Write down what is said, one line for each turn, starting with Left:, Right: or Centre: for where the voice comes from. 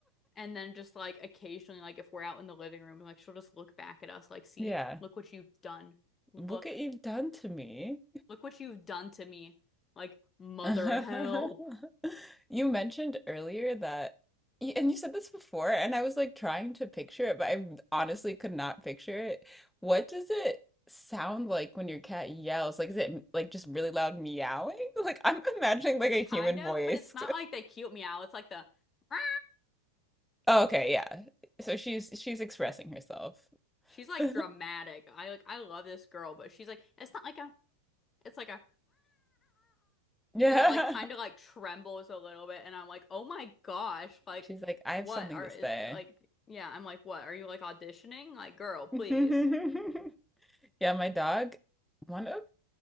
Left: And then just like occasionally, like if we're out in the living room, like she'll just look back at us, like, see,
Centre: Yeah.
Left: look what you've done. Look,
Centre: Look what you've done to me.
Left: look what you've done to me. Like, mother
Centre: <laughs>
Left: help.
Centre: You mentioned earlier that, y- and you said this before, and I was like trying to picture it, but I honestly could not picture it. What does it sound like when your cat yells? Like, is it m- like just really loud meowing? <laughs> Like, I'm imagining like a
Left: Kind
Centre: human
Left: of,
Centre: voice.
Left: but it's not like that cute meow. It's like the, "Rah!"
Centre: <laughs> Oh, okay, yeah. So she's she's expressing herself. <laughs>
Left: she's like dramatic. I like, I love this girl, but she's like, it's not like I'm. It's like a
Centre: Yeah.
Left: and it like kind of like trembles a little bit and I'm like, "Oh my gosh, like
Centre: She's like, I
Left: what
Centre: have something
Left: are
Centre: to
Left: is-
Centre: say.
Left: like yeah, I'm like, "What? Are you like auditioning? Like, girl, please."
Centre: <laughs> Yeah, my dog, one of